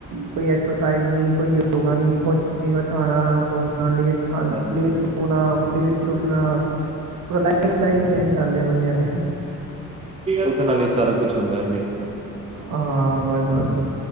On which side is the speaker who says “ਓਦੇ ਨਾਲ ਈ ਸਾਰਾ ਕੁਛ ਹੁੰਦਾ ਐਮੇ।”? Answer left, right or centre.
Right